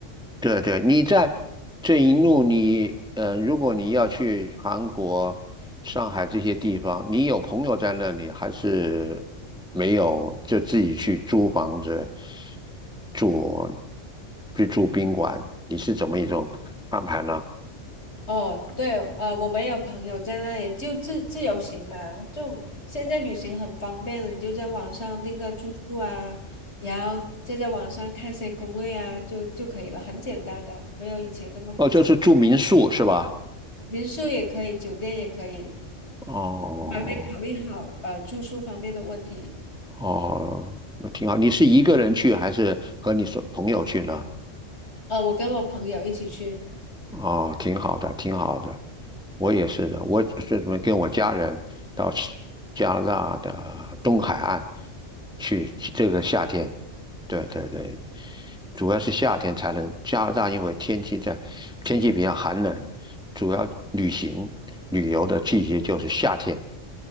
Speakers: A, in the centre; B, on the left (about 60°).
A: 对对，你在这一路你呃，如果你要去韩国、上海这些地方，你有朋友在那里，还是没有？就自己去租房子住，去住宾馆，你是怎么一种安排呢？
B: 哦，对，呃，我们有朋友在那里就自自由行嘛，这种现在旅行很方便的，你就在网上订个住宿啊，然后再在网上看些攻略啊，就就可以了，很简单的，没有以前那么复杂。
A: 哦，就是住民宿是吧？
B: 民宿也可以，酒店也可以，
A: 哦
B: 还没考虑好呃住宿方面的问题。
A: 哦，那挺好。你是一个人去还是和你说朋友去呢？
B: 呃，我跟我朋友一起去。
A: 哦，挺好的，挺好的。我也是的，我是什么跟我家人到是加拿大的东海岸去，去这个夏天。对对对，主要是夏天才能。加拿大因为天气在天气比较寒冷，主要旅行旅游的季节就是夏天。